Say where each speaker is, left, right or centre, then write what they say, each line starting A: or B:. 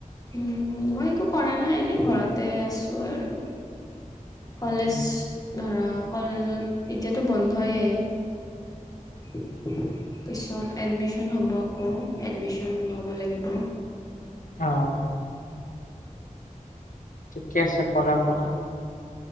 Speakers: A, on the left; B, on the left.
A: উম মই একো কৰা নাই এনেই ঘৰতে আছোঁ আৰু। কলেজ
B: উম,
A: ধৰা কলেজত এতিয়াতো বন্ধয়ে। <inaudible> পিছত এডমিশন হ'ব আকৌ এডমিশন ল'ব লাগিব।
B: অ'। ঠিকে আছে কৰা, কৰা।